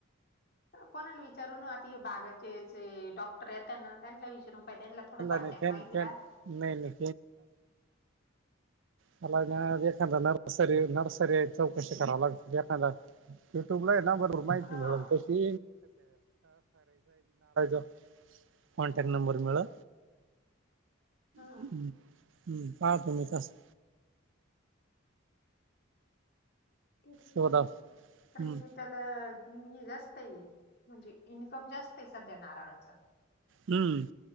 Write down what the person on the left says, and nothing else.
कोणाला विचारून न आता हे बागायचे येचे डॉ तर ना त्यांला विचारून पाही त्यांना थोडं कॉन्टॅक्ट
माहिती
राहतं.
हा
हा
तेच
ना मग, कारण
की त्याला हे जास्त आहे म्हणजे इन्कम जास्त आहे सध्या नारळाच.